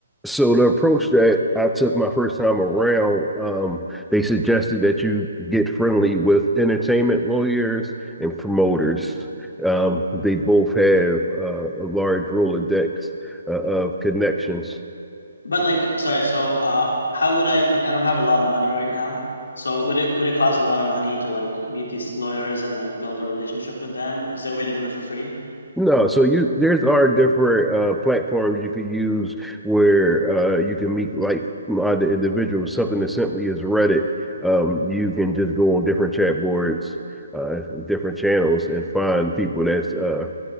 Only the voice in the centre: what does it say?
So the approach that I took my first time around, um, they suggested that you get friendly with entertainment lawyers and promoters.
Um, they both have uh, a large Rolodex uh, of connections.
No, so you there's are different uh, platforms you could use where uh, you can meet like-minded individuals. Something as simply as Reddit, um, you can just go on different chat boards, uh, different channels, and find people that's uh,